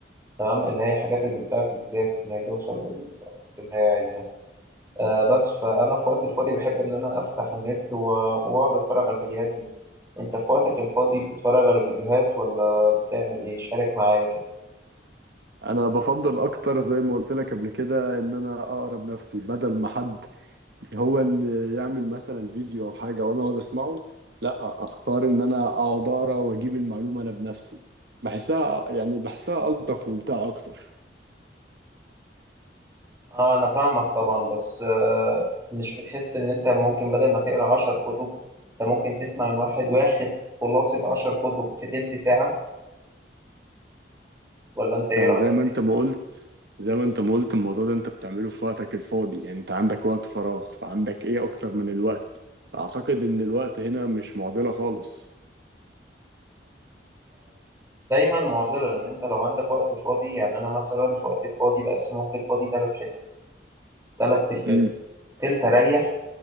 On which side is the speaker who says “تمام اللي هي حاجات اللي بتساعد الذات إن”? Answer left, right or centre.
Right